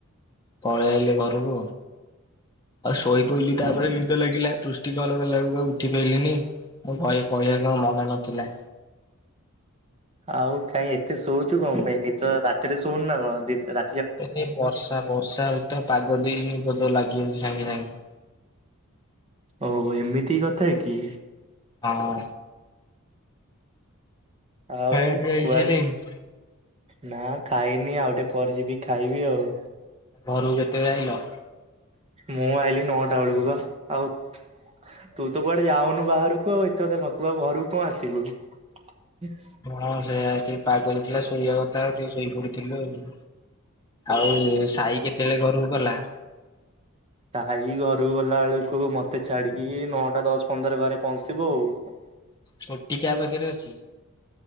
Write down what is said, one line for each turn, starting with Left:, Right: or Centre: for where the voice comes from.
Left: ପଳେଇ ଆଇଲେ ଘରକୁ, ଆଉ ଶୋଇ ପୋଇଲିି ତାପରେ ନିଦ ଲାଗିଲା। <unintelligible> ଉଠି କଲ୍ ଲଗେଇଲାବେଳକୁ ଆଉ ଉଠି ପାଇଲିନି। ଆଉ କଇ କହିବାକୁ ଆଉ ମନେ ନଥିଲା।
Right: ଆଉ କାଇଁ ଏତେ ଶୋଉଛୁ କଣ ପାଇଁ? ନିଦ ରାତିରେ ଶୋଉନୁ ନା କଣ? ଦି- ରା
Left: ଏ ଯେ ବର୍ଷା ବର୍ଷା ହିତ ପାଗ ଦେଇନି ବୋଧେ ଲାଗିଯାଉଚି ସାଙ୍ଗେ ସାଙ୍ଗେ।
Right: ହଉ ଏମିତି କଥା କି?
Left: ହଁ।
Right: ଆଉ
Left: ଖାଇବା ପିଇବା ହେଇସାଇଲାଣି।
Right: କୁଆଡେ ନା ଖାଇନି ଆଉ ଟିକେ ପରେ ଯିବି ଖାଇବି ଆଉ।
Left: ଘରକୁ କେତେବେଳେ ଆଇଲ?
Right: ମୁଁ ଆଇଲିି ନଅଟା ବେଳକୁ ବା, ଆଉ ତୁ ତ କୁଆଡେ ଯାଉନୁ ବାହାରକୁ ଆଉ, ଏତେ କଥା କହ ତୁ ଆଉ ଘରକୁ କଣ ଆସିବୁ ବି।
Left: ହଁ ସେଇଆ ଟିକେ ପାଗ ହେଇଥିଲା ଶୋଇବା କଥା ଆଉ ଟିକେ ଶୋଇପଡିଥିଲେ ଆଉ। ଆଉ ଏ ସାଇ କେତେଳେ ଘରକୁ ଗଲା?
Right: ସାଇ ଘରୁ ଗଲା ବେଳକୁ ମୋତେ ଛାଡିକି ନଅଟା ଦଶ ପନ୍ଦର ଘରେ ପହଞ୍ଚିଥିବ ଆଉ।
Left: ଛୋଟି କାହା ପାଖରେ ଅଛି।